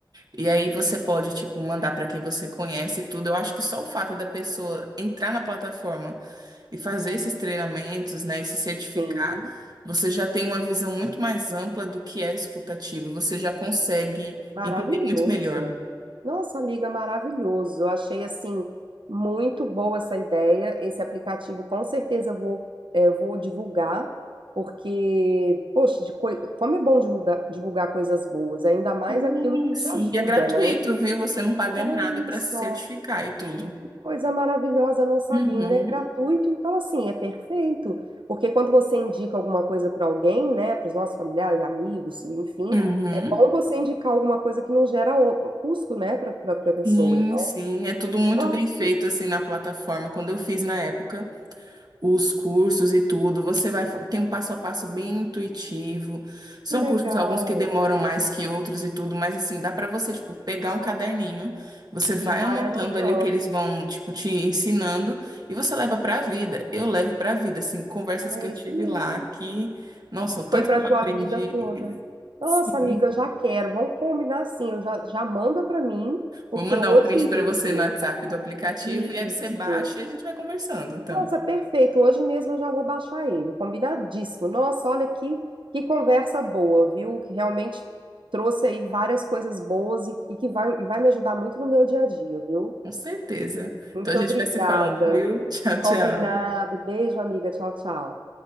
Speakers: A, on the right; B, on the right.
A: E aí você pode tipo mandar para quem você conhece e tudo. Eu acho que só o fato da pessoa entrar na plataforma e fazer esses treinamentos, né, e se certificar,
B: sim.
A: você já tem uma visão muito mais ampla do que é escutativa. Você já consegue
B: Maravilhoso.
A: entender muito melhor.
B: Nossa, amiga, maravilhoso. Eu achei assim muito boa essa ideia. Esse aplicativo, com certeza, eu vou, eh, eu vou divulgar, porque, poxa, de coi- como é bom divulgar, divulgar coisas boas, ainda mais
A: Sim,
B: aquilo que te
A: sim.
B: ajuda,
A: E é gratuito,
B: né?
A: viu? Você não paga
B: Olha
A: nada para
B: só.
A: se certificar e tudo.
B: Coisa maravilhosa, eu não sabia.
A: Uhum.
B: Ainda é gratuito, então assim, é perfeito. Porque quando você indica alguma coisa para alguém, né, para os nossos familiares, amigos, enfim,
A: Uhum.
B: é bom você indicar alguma coisa que não gera o- custo, né, para a pessoa.
A: Sim,
B: Então,
A: sim, é tudo muito
B: nossa,
A: bem feito assim na plataforma. Quando eu fiz na época os cursos e tudo, você vai tem um passo a passo bem intuitivo. São
B: que legal.
A: cursos alguns que demoram mais que outros e tudo, mas assim, dá pra você tipo pegar um caderninho, você vai
B: E vai
A: anotando
B: anotando.
A: ali o que eles vão tipo te ensinando e você leva pra vida. Eu levo pra vida assim, conversas
B: É
A: que eu
B: isso
A: tive
B: mesmo.
A: lá que, nossa, o tanto
B: Foi para
A: que eu
B: tua
A: aprendi.
B: vida toda.
A: <laughs> Sim.
B: Nossa, amiga, eu já quero. Vamos combinar assim, eu já, já manda para mim, porque
A: Vou mandar
B: hoje
A: um print para
B: mesmo.
A: você no WhatsApp do aplicativo
B: Isso.
A: e aí você baixa e a gente vai conversando, então.
B: Nossa, perfeito. Hoje mesmo eu já vou baixar ele. Combinadíssimo. Nossa, olha que, que conversa boa, viu? Que realmente trouxe aí várias coisas boas e, e que vai, e vai me ajudar muito no meu dia a dia, viu?
A: Com certeza.
B: Muito
A: Então a gente
B: obrigada.
A: vai se falando, viu? <laughs> Tchau,
B: Combinado.
A: tchau.
B: Beijo, amiga. Tchau, tchau.